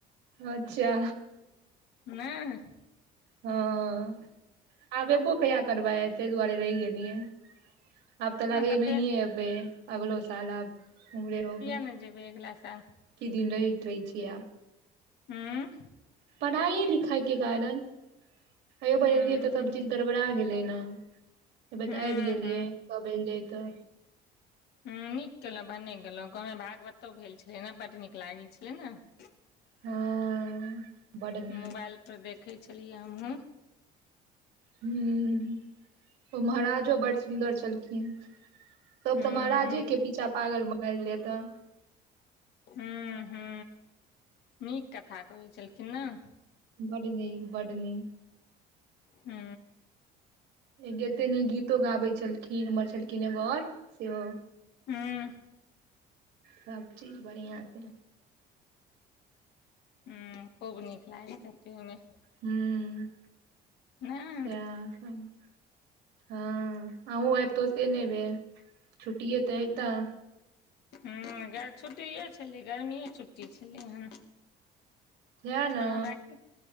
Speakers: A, on the right; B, on the left.
A: अच्छा
B: नैय
A: हँ आब एबो कहिया करबै ताहि दुआरे रहि गेलियै अब तऽ
B: हँ
A: लगै य
B: फेर
A: नहएै अभे अगलो साल अब उम्हरे रहबे
B: किया नहि जेबै अगिला साल
A: की दिन रहैत रहै छै आब
B: हूँ
A: पढ़ाइ लिखाइ के कारण आयौ
B: हूं
A: बजेलियै तऽ तब चीज गड़बड़ा गेलै ने। तबे
B: हूं
A: तऽ आबि गेलियै
B: हूं
A: सब एलै तऽ।
B: हूँ नीक केलहुँ भने गेलहुँ गाँवमे भागवतो भेल छलै ने बड नीक लागै छलै नऽ।
A: हँ बड। नीक
B: मोबाइलपर देखै छलियै हमहूँ।
A: हूँ ओ महाराजो बड़ सुन्दर छलखिन। सब
B: हूं
A: तऽ महाराजे के पीछा पागल बनलयऽ एतऽ।
B: हूँ हूँ नीक कथा कहै छलखिन नऽ।
A: बड नीक बड नीक।
B: हूँ।
A: कते नीक गीतो गाबैत छलखिन उम्हर छलखिन एगो आओर सेहो।
B: हूँ
A: सब चीज बढ़िआं से
B: हूँ खूब नीक लागैत हेतै ओयमे।
A: हूँ
B: नहि
A: सेहा सब हँ अहूँ अबितहु से नहि भेल छुट्टिे तऽ हयतऽ।
B: हँ छुट्टिए छेलै गर्मिए छुट्टी छेलै हन।
A: सएह ने
B: पर हमरा।